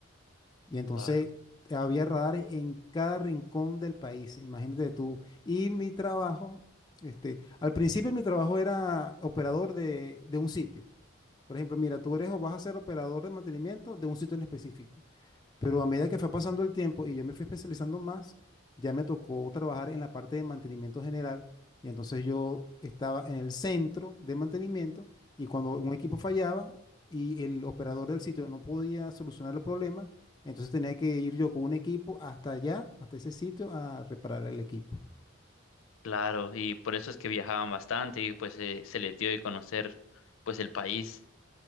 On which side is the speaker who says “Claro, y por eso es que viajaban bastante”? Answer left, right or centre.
Left